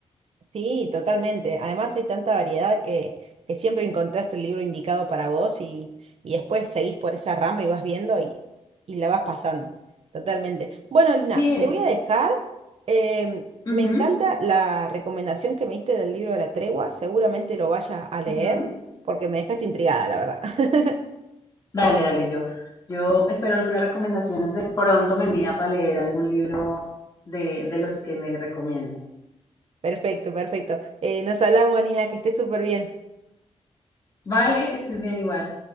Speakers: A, on the right (about 60°); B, on the left (about 30°).
A: Sí, totalmente. Además hay tanta variedad que, que siempre encontrás el libro indicado para vos y, y después seguís por esa rama y vas viendo y, y la vas pasando. Totalmente. Bueno, Lina,
B: Sí,
A: te voy a dejar. Em,
B: ujú,
A: me encanta la recomendación que me diste del libro de la tregua. Seguramente lo vaya a leer
B: ujú.
A: porque me dejaste intrigada, la verdad. <laughs>
B: Dale, dale, yo, yo espero algunas recomendaciones. De pronto me mida para leer algún libro de, de los que me recomiendas.
A: Perfecto, perfecto. Eh, nos hablamos, Lina, que estés súper bien.
B: Vale, que estés bien igual.